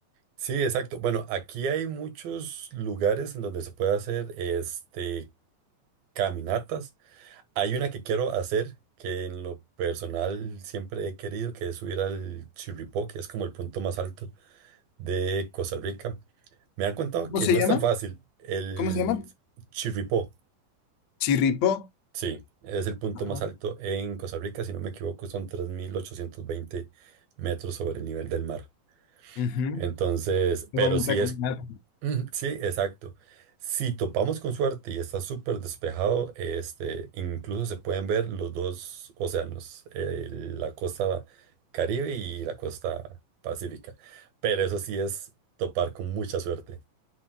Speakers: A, on the right; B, on the left.
A: Sí, exacto. Bueno, aquí hay muchos lugares en donde se puede hacer este caminatas. Hay una que quiero hacer que en lo personal siempre he querido, que es subir al Chirripó, que es como el punto más alto de Costa Rica. Me han contado
B: ¿Cómo
A: que
B: se
A: no
B: llama?
A: es tan fácil. El
B: ¿Cómo se llama?
A: Chirripó,
B: Chirripó.
A: sí, es el punto
B: Ajá.
A: más alto en Costa Rica, si no me equivoco, son tres mil ochocientos veinte metros sobre el nivel del mar.
B: Ujú.
A: Entonces,
B: Qué
A: pero
B: bonita
A: sí
B: caminata.
A: es, mm, sí, exacto. Si topamos con suerte y está súper despejado, este, incluso se pueden ver los dos océanos, eh, la costa Caribe y la costa Pacífica. Pero eso sí es topar con mucha suerte.